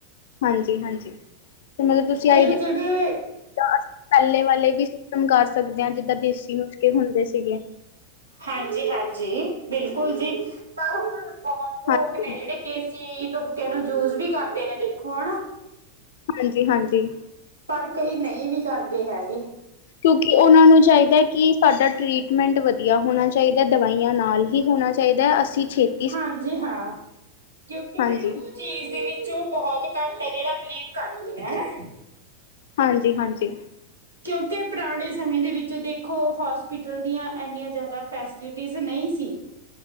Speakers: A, on the left; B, on the right.
A: ਹਾਂਜੀ-ਹਾਂਜੀ, ਤੇ ਮਤਲਬ ਤੁਸੀ <inaudible>
B: ਤੇ
A: ਜਿੱਦਾਂ
B: ਜਿਹੜੇ
A: ਅਸੀ, ਪਹਿਲੇ ਵਾਲੇ ਵੀ ਸਿਸਟਮ ਕਰ ਸਕਦੇ ਹਾਂ, ਜਿੱਦਾਂ ਦੇਸੀ ਨੁਸਕੇ ਹੁੰਦੇ ਸੀਗੇ।
B: ਹਾਂਜੀ-ਹਾਂਜੀ। ਬਿਲਕੁਲ ਜੀ, ਪਰ ਹੁਣ ਬਹੁਤ
A: ਹਾਂਜੀ
B: ਲੋਕ ਨੇਂ ਜਿਹੜੇ ਦੇਸੀ ਦੁਕ ਤੇ ਓਹਨੂੰ ਯੂਜ਼ ਵੀ ਕਰਦੇ ਨੇਂ ਦੇਖੋ, ਹਨਾ।
A: ਹਾਂਜੀ।
B: ਪਰ, ਕਈ ਨਹੀਂ ਵੀ ਕਰਦੇ ਹੈਗੇ।
A: ਕਿਉਂਕਿ ਉਹਨਾਂ ਨੂੰ ਚਾਹੀਦਾ ਹੈ, ਕਿ ਸਾਡਾ ਟਰੀਟਮੈਂਟ ਵਧੀਆ ਹੋਉਨਾ ਚਾਹੀਦਾ। ਦਵਾਈਆਂ ਨਾਲ ਹੀ ਹੋਉਨਾ 'ਚ ਚਾਹੀਦਾ ਏ, ਅੱਸੀ ਛੇਤ
B: ਹਾਂਜੀ ਹਾਂ, ਕਿਉਂਕਿ
A: ਹਾਂਜੀ
B: ਬਈ ਚੀਜ ਦੇ ਵਿੱਚ, ਉਹ ਬਹੁਤ ਘੱਟ ਹੈ ਜਿਹੜਾ ਬਿਲੀਵ ਕਰਦੇ ਨੇਂ, ਹਨਾ।
A: ਹਾਂਜੀ-ਹਾਂਜੀ।
B: ਕਿਉਂਕਿ ਪੁਰਾਣੇ ਸਮੇਂ ਦੇ ਵਿੱਚ ਦੇਖੋ, ਹੋਸਪਿਟਲ ਦੀਆਂ ਇੰਹਨੀਆਂ ਜਿਆਦਾ ਫੈਸਿਲਿਟੀਜ਼ ਨਹੀਂ ਸੀ।